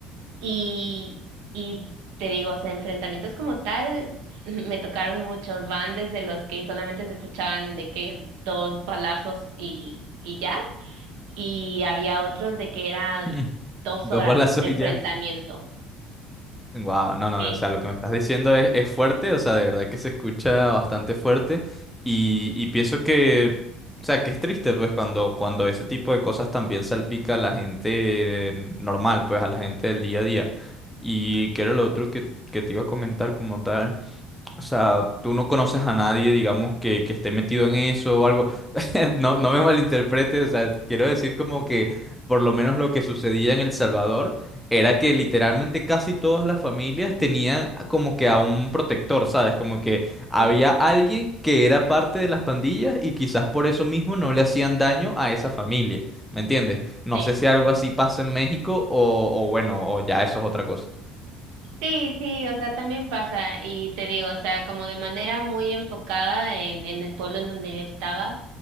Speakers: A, on the right; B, in the centre.
A: Y, y te digo, o sea, enfrentamientos como tal, <laughs> me tocaron muchos, van desde los que solamente se escuchaban de que dos balazos y, y ya, y había otros de que era
B: <laughs>
A: dos
B: Dos
A: horas
B: balazos
A: de enfrentamiento.
B: y ya. Wow, no, no,
A: Sí,
B: o sea, lo que me estás diciendo es, es fuerte, o sea, de verdad que se escucha bastante fuerte y, y pienso que, o sea, que es triste, pues, cuando, cuando ese tipo de cosas también salpica a la gente eh, normal, pues, a la gente del día a día. Y que era lo otro que, que te iba a comentar como tal. O sea, tú no conoces a nadie, digamos, que, que esté metido en eso o algo. <laughs> No, no me malinterpretes, o sea, quiero decir como que por lo menos lo que sucedía en El Salvador era que literalmente casi todas las familias tenían como que a un protector, ¿sabes? Como que había
A: <laughs>
B: alguien que era parte de las pandillas y quizás por eso mismo no le hacían daño a esa familia, ¿me entiendes? No
A: sí,
B: sé si algo así pasa en México o, o bueno, o ya eso es otra cosa.
A: Sí, sí, o sea, también pasa y te digo, o sea, como de manera muy enfocada en, en el pueblo en donde yo estaba,